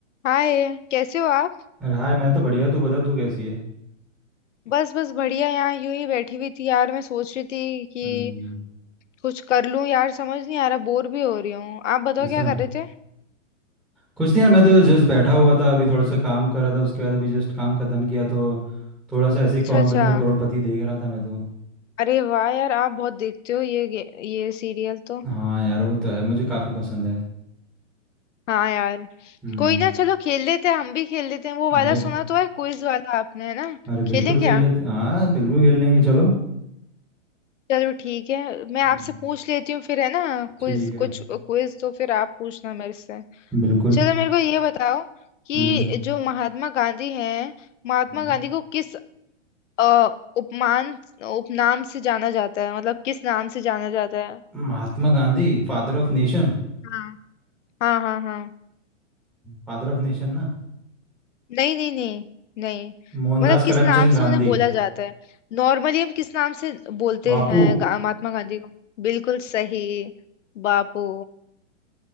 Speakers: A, on the left; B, in the centre.
A: हाय कैसे हो आप
B: अरे हाय मैं तो बढ़िया तू बता तू कैसी है
A: बस बस बढ़िया यहाँ यूं ही बैठी हुई थी यार मैं सोच रही थी कि
B: हम्म
A: कुछ कर लूं यार समझ नहीं आ रहा बोर भी हो रही हूँ आप बताओ
B: ऐसा
A: क्या कर रहे थे
B: कुछ नहीं यार मैं तो जस्ट बैठा हुआ था अभी थोड़ा सा काम कर रहा था उसके बाद अभी जस्ट काम ख़त्म किया तो थोड़ा सा ऐसे ही
A: अच्छा
B: कौन
A: अच्छा
B: बनेगा करोड़पति देख रहा था मैं तो
A: अरे वाह यार आप बहुत देखते हो ये गे- ये सीरियल तो
B: हाँ यार वो तो है मुझे काफ़ी पसंद है
A: हाँ यार
B: हम्म
A: कोई ना चलो खेल लेते हैं हम भी खेल लेते हैं वो वाला
B: अरे
A: सुना तो है क्विज वाला आपने है ना
B: अरे
A: खेलें
B: बिल्कुल
A: क्या
B: खेल लेते हाँ बिल्कुल खेल लेंगे चलो
A: चलो ठीक है मैं आपसे
B: हम्म,
A: पूछ लेती हूँ फिर है ना क्विज
B: ठीक है
A: कुछ क्विज तो फिर आप पूछना मेरे से
B: बिल्कुल
A: चलो मेरे को ये बताओ कि
B: हम्म
A: जो महात्मा गांधी हैं महात्मा
B: हम्म,
A: गांधी को किस अ, उपमान उपनाम से जाना जाता है मतलब किस नाम से जाना जाता है
B: Mahatma Gandhi father of nation
A: हाँ हाँ हाँ हाँ
B: Father of nation ना
A: नहीं नहीं नहीं नहीं
B: मोहनदास
A: मतलब
B: करमचंद
A: किस नाम
B: गांधी
A: से उन्हें बोला जाता है नॉर्मली हम किस नाम से बोलते
B: बापू
A: हैं गा- महात्मा गांधी को बिल्कुल सही बापू